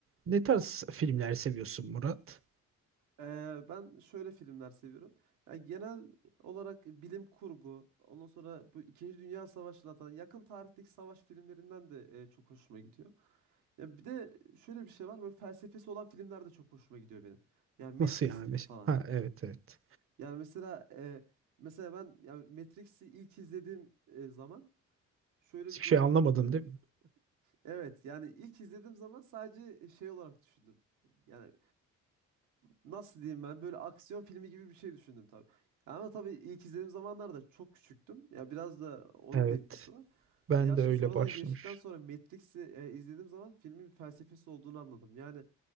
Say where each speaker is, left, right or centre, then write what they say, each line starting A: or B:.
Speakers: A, on the right (about 45°); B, on the right (about 80°).
A: Ne tarz filmler seviyorsun Murat?
B: Ee, ben şöyle filmler seviyorum. Ya genel olarak bilim kurgu, ondan sonra bu İkinci Dünya Savaşı'nı atan yakın tarihteki savaş filmlerinden de e, çok hoşuma gidiyor. Ya bir de şöyle bir şey var, böyle felsefesi olan filmler de çok hoşuma gidiyor benim. Yani
A: Nasıl
B: Matrix
A: yani?
B: gibi falan.
A: Ha evet evet.
B: Yani mesela e, mesela ben ya Matrix'i ilk izlediğim e, zaman şöyle
A: Hiçbir
B: bir durum
A: şey anlamadın
B: olmuştu.
A: değil mi?
B: Evet, yani ilk izlediğim zaman sadece şey olarak düşündüm. Yani nasıl diyeyim ben böyle aksiyon filmi gibi bir şey düşündüm tabii. Ama tabii ilk izlediğim zamanlarda çok küçüktüm. Ya biraz da onun
A: Evet.
B: da etkisi var.
A: Ben
B: Yaşım
A: de öyle
B: sonradan
A: başlamış.
B: geçtikten sonra Matrix'i e, izlediğim zaman filmin bir felsefesi olduğunu anladım. Yani